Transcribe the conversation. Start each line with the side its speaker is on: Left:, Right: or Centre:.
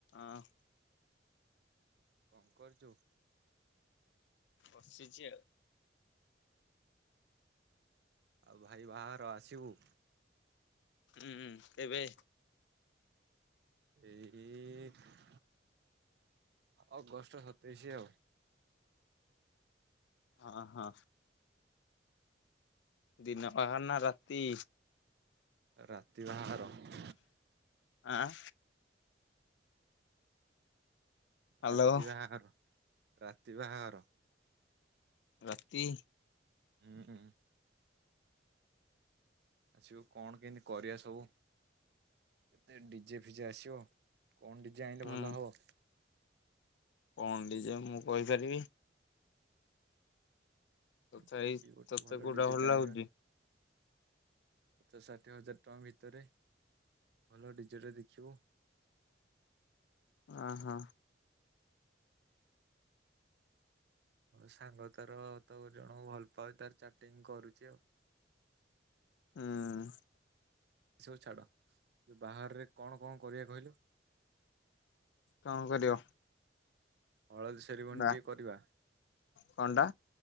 Left: ଅଁ।
Right: କଣ କରୁଚୁ?
Left: ବସିଚି ଆଉ।
Right: ଆଉ ଭାଇ ବାହାଘର ଆସିବୁ।
Left: ଉଁ ତେବେ?
Right: ଏଇ ଅଗଷ୍ଟ ସତେଇଶ୍ ଆଉ।
Left: ଅ ହଁ। ଦିନ ବାହାଘର ନା ରାତି?
Right: ରାତି ବାହାଘର।
Left: ଆଁ। ହ୍ୟାଲୋ
Right: ରାତି ବାହାଘର ରାତି ବାହାଘର।
Left: ରାତି।
Right: ଉଁ। ଆସିବୁ କଣ କେମିତି କରିବା ସବୁ। ତେ ଡିଜେ ଫିଜେ ଆସିବ କଣ ଡିଜେ ଆଣିଲେ
Left: ହୁଁ
Right: ଭଲ ହବ?
Left: କଣ ଡିଜେ ମୁଁ କହିପାରିବି। ତଥାପି
Right: ଦେଖିକି ଗୋଟେ
Left: ତତେ
Right: ଭଲ
Left: କୋଉଟା
Right: ଡିଜେ ଟେ
Left: ଲାଗୁଛି
Right: ଆଣିବା। ପଚାସ ଷାଠିଏ ହଜାର ଟଙ୍କା ଭିତରେ ଭଲ ଡିଜେଟେ ଦେଖିବୁ।
Left: ଅହ।
Right: ସାଙ୍ଗ ତାର ତ ଜଣକୁ ଭଲ ପାଉଛି ତାର ଚାଟିଙ୍ଗ କରୁଛି ଆଉ।
Left: ହୁଁ।
Right: ସବୁ ଛାଡ ବାହରେ କଣ କଣ କରିବା କହିଲୁ?
Left: କଣ କରିବ?
Right: ହଳଦୀ ସେରିମନୀ
Left: ବା
Right: ଟିକେ କରିବା
Left: କଣଟା